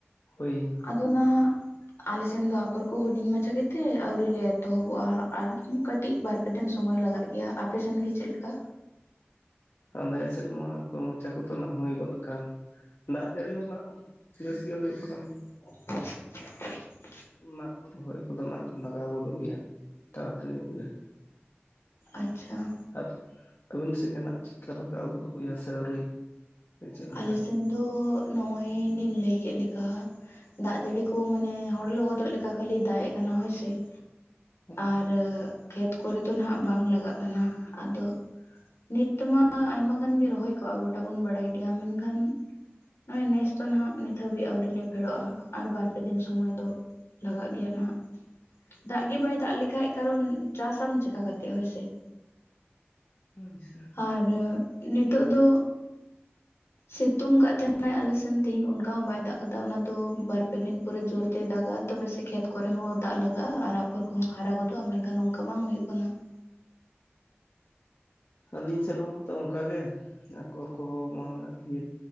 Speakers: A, on the left (about 70°); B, on the left (about 90°).
A: ᱦᱳᱭ ᱾
B: ᱟᱫᱚ ᱱᱟᱦᱟᱜ ᱥᱮᱱ ᱫᱚ ᱟᱯᱷᱚᱨ ᱠᱚ ᱦᱩᱰᱤᱧ ᱢᱟᱪᱷᱟ ᱜᱮ ᱛᱮ ᱟᱹᱣᱨᱤ ᱞᱮ ᱮᱛᱚᱦᱚᱵᱚᱜᱼᱟ ᱟᱨ ᱠᱟᱹᱴᱤᱡ ᱵᱟᱨ ᱯᱮ ᱫᱤᱱ ᱥᱚᱢᱚᱭ ᱞᱟᱜᱟᱜ ᱜᱮᱭᱟ ᱟᱯᱮ ᱥᱮᱱ ᱜᱮ ᱪᱮᱫ ᱞᱮᱠᱟ?
A: ᱟᱞᱮ ᱥᱮᱫ ᱢᱟ ᱢᱚᱪᱟ ᱠᱚᱫᱚ ᱱᱟᱜ ᱦᱩᱭ ᱜᱚᱫ ᱟᱠᱟᱱ ᱾ ᱫᱟᱜ ᱡᱟᱹᱲᱤ ᱦᱚᱸ ᱱᱟᱜ ᱵᱮᱥ ᱜᱮ ᱦᱩᱭᱩᱜ ᱠᱟᱱᱟ ᱾
B: <inaudible>
A: ᱱᱟᱜ ᱨᱚᱦᱚᱭ ᱠᱚᱫᱚ ᱱᱟᱜ ᱞᱟᱜᱟᱣ ᱜᱚᱫᱚᱜ ᱜᱮᱭᱟ ᱛᱟᱲᱟ-ᱛᱟᱹᱲᱤ ᱧᱚᱜ ᱜᱮ ᱾
B: ᱟᱪᱪᱷᱟ ᱾
A: ᱟᱵ ᱟᱹᱵᱤᱱ ᱥᱮᱫ ᱜᱮ ᱱᱟᱜ ᱪᱮᱫᱠᱟ ᱞᱟᱜᱟᱣ ᱜᱚᱫᱚᱜ ᱜᱮᱭᱟ ᱥᱮ ᱟᱹᱣᱨᱤ? ᱪᱮᱫ ᱞᱮᱠᱟ
B: ᱟᱞᱮ ᱥᱮᱱ ᱫᱚ ᱱᱚᱜᱼᱚᱭ ᱞᱤᱧ ᱞᱟᱹᱭ ᱠᱮᱫ ᱞᱮᱠᱟ ᱫᱟᱜ ᱡᱟᱹᱲᱤ ᱠᱚ ᱢᱟᱱᱮ ᱦᱚᱲ ᱞᱚᱦᱚᱫᱚᱜ ᱞᱮᱠᱟ ᱠᱷᱟᱹᱞᱤ ᱫᱟᱜ ᱮᱜ ᱠᱟᱱᱟ ᱦᱳᱭ ᱥᱮ ᱾
A: ᱦᱳᱭ
B: ᱟᱨ ᱠᱷᱮᱛ ᱠᱚᱨᱮ ᱫᱚ ᱱᱟᱦᱟᱜ ᱵᱟᱝ ᱞᱟᱜᱟᱜ ᱠᱟᱱᱟ ᱟᱫᱚ ᱱᱤᱛ ᱛᱮᱢᱟ ᱟᱭᱢᱟ ᱜᱟᱱ ᱜᱮ ᱨᱚᱦᱚᱭ ᱠᱚᱜᱼᱟ ᱜᱳᱴᱟ ᱵᱚᱱ ᱵᱟᱲᱟᱭ ᱜᱮᱭᱟ ᱢᱮᱱᱠᱷᱟᱱ ᱱᱚᱜᱼᱚᱭ ᱱᱮᱥ ᱫᱚ ᱱᱟᱦᱟᱜ ᱱᱤᱛ ᱦᱟᱹᱵᱤᱡ ᱟᱹᱣᱨᱤ ᱞᱮ ᱯᱷᱮᱰᱚᱜᱼᱟ ᱟᱨ ᱵᱟᱨ ᱯᱮ ᱫᱤᱱ ᱥᱚᱢᱚᱭ ᱫᱚ ᱞᱟᱜᱟᱜ ᱜᱮᱭᱟ ᱱᱟᱦᱟᱜ ᱾ ᱫᱟᱜ ᱜᱮ ᱵᱟᱭ ᱫᱟᱜ ᱞᱮᱠᱷᱟᱱ ᱠᱟᱨᱚᱱ ᱪᱟᱥᱟᱢ ᱪᱤᱠᱟ ᱠᱟᱛᱮᱜ ᱦᱳᱭ ᱥᱮ ᱾
A: ᱦᱳᱭ ᱥᱟ
B: ᱟᱨ ᱱᱤᱛᱚᱜ ᱫᱚ ᱥᱤᱛᱩᱝ ᱟᱠᱟᱜ ᱛᱟᱦᱮᱸᱱᱟ, ᱟᱞᱮ ᱥᱮᱱ ᱛᱮᱦᱤᱧ ᱚᱱᱠᱟ ᱦᱚᱸ ᱵᱟᱭ ᱫᱟᱜ ᱟᱠᱟᱫᱟ ᱚᱱᱟ ᱫᱚ ᱵᱟᱨ ᱯᱮ ᱫᱤᱱ ᱯᱚᱨᱮ ᱡᱳᱨ ᱛᱮᱭ ᱫᱟᱜᱟ ᱛᱚᱵᱮ ᱥᱮ ᱠᱷᱮᱛ ᱠᱚᱨᱮ ᱦᱚᱸ ᱫᱟᱜ ᱞᱟᱜᱟᱜᱼᱟ ᱟᱨ ᱟᱯᱷᱚᱨ ᱠᱚᱦᱚᱸ ᱦᱟᱨᱟ ᱜᱚᱫᱚᱜᱼᱟ ᱢᱮᱱᱠᱷᱟᱱ ᱚᱝᱠᱟ ᱵᱟᱝ ᱦᱩᱭᱩᱜ ᱠᱟᱱᱟ ᱾
A: ᱟᱹᱞᱤᱧ ᱥᱮᱫ ᱦᱚᱸᱛᱚ ᱚᱱᱠᱟᱜ ᱜᱮ ᱟᱠᱚᱨ ᱠᱚᱦᱚᱸ ᱵᱟᱝ ᱞᱟᱜᱟᱜ ᱤᱭᱟᱹ